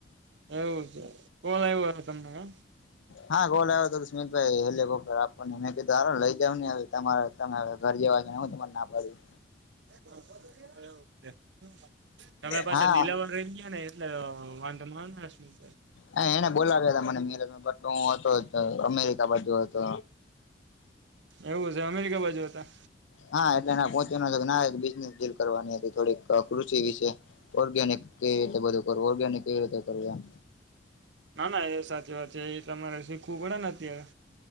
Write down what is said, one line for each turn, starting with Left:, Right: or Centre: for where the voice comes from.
Right: એવું છે, કોલ આવવું હ તમને એમ.?
Left: હા ગોલ આવ્યો હતો, સુમિતભાઈ હેલિકોપ્ટર આપવાને મેં કીધું હારું ને લઈ જાવ ને હવે તમારે તમે ઘર જેવા છો, ને હું તમને ના પાડું.
Right: <unintelligible> <inaudible> તમે પાછા
Left: હા
Right: દિલાવર રહી ગયા ને એટલે વાંધો ના આવે.
Left: હ એને બોલાવ્યા હતા, મને મ મેર બ હું હતો અમેરિકા બાજુ હતો.
Right: એવું છે, અમેરિકા બાજુ હતા.?
Left: હા એટલે એના પહોંચવાનો ના બિઝનેસ ડીલ કરવાની હતી, થોડીક કૃષિ વિશે ઓર્ગેનિક કેવી રીતે બધું કરવું ઓર્ગેનિક કેવી રીતે કરવું.?
Right: ના ના એ સાચી વાત છે, એ તમારે શીખવું પડે ને અત્યારે,